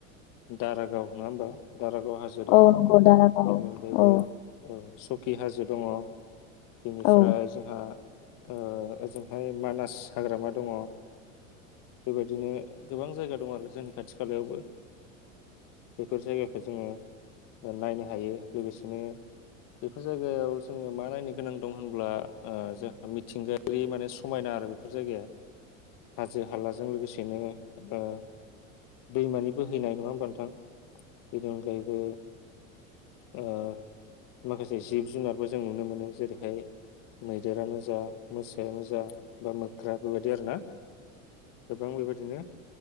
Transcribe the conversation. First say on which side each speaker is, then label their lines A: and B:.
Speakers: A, on the left; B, on the left.
A: दारागाव नङा होमबा? दारागाव हाजो दङ
B: औ नंगौ दारागाव
A: बेनि अनगायैबो
B: औ
A: औ स खि हाजो दङ। बेनिफ्राय
B: औ
A: जोंहा ओ ओजोंहाय मानास हाग्रामा दङ बेबायदिनो गोबां जायगा दङ आरो जोंनि खाथि खालायावबो। बेफोर जायगाखो जोङो नायनो हायो लोगोसेनो बेफोर जायगायाव जोङो मा नायनो गोनां दं होनब्ला ओ जोंहा मिथिंगायारि माने समायना आरो बेफोर जायगाया हाजो हालाजों लोगोसेनो ओ दैमानि बोहैनाय नङा होमबा नोंथां बेनि अनगायैबो ओ माखासे जिब जुनारबो जों नुनो मोनो जेरैहाय मैदेरानो जा मोसायानो जा बा मोख्रा बेबायदि आरोना गोबां बेबायदिनो बेबायाददिनो